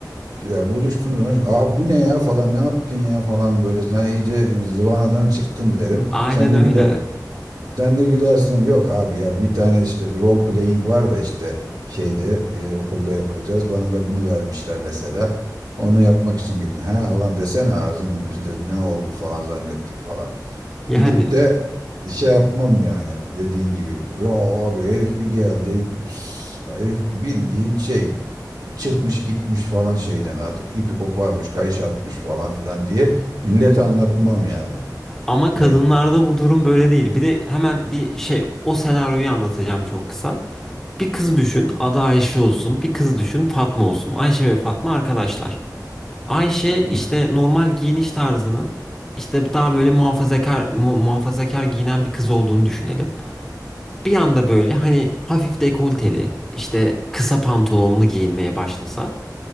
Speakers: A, on the right (about 65°); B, in the centre.
A: ya buluştuğum zaman abi bu ne ya falan ne yaptın ya falan böyle sen iyice zıvanadan çıktın derim.
B: Aynen
A: Sen de
B: öyle.
A: güler sen de gülersin. Yok abi ya bir tane şey- role playing var da işte şeyde e, okulda yapacağız. Bana da bunu vermişler mesela. Onu yapmak için gittin. Ha ulan desene ağzım biz de ne oldu falan zannettik falan.
B: Yani.
A: Gidip de şey yapmam yani dediğin gibi. Ya abi herif bir geldi. s- Herif bildiğin şey çıkmış gitmiş falan şeyden artık ipi koparmış, kayış atmış falan filan diye millete anlatmam yani.
B: Ama
A: Hani
B: kadınlarda bu durum böyle değil. Bir de hemen bir şey o senaryoyu anlatacağım çok kısa. Bir kız düşün adı Ayşe olsun. Bir kız düşün Fatma olsun. Ayşe ve Fatma arkadaşlar. Ayşe
A: Hı hı.
B: işte normal giyiniş tarzının işte daha böyle muhafazakar mu- muhafazakar giyinen bir kız olduğunu düşünelim. Bir anda böyle hani hafif dekolteli işte kısa pantolonlu giyinmeye başlasa.